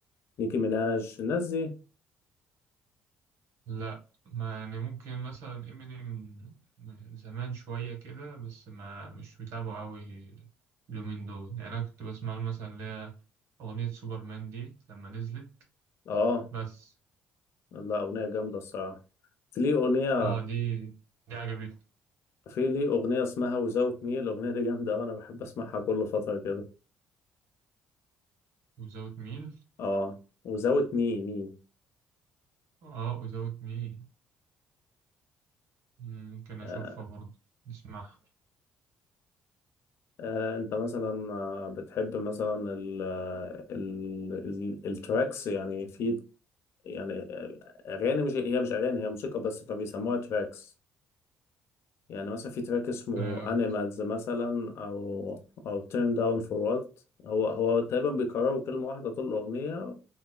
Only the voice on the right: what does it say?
لا ما يعني ممكن مثلا امينيم زمان شوية كده بس ما مش متابعه أوي اليومين دول يعني أنا كنت بسمع له مثلا اللي هي أغنية سوبرمان دي لما نزلت
بس
اه دي دي عجبتني
وزاوت ميل
اه وزاوت ميل ممكن أشوفها
برضه نسمعها
آه.